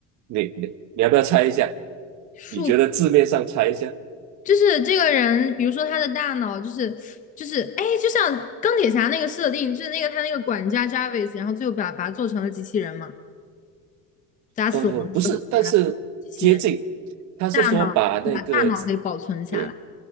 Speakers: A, on the right (about 50°); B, on the left (about 20°).
A: 你你你要不要猜一下？
B: 数
A: 你觉得字面上猜一下？
B: 就是这个人，比如说他的大脑就是就是哎，就像钢铁侠那个设定，就是那个他那个管家 Jarvis，然后最后把把他做成了机器人嘛，在他死亡之后把他做成机器人，
A: 呃，不是，但是接近。他是说把那个。
B: 大脑把大脑给保存下来，
A: 对。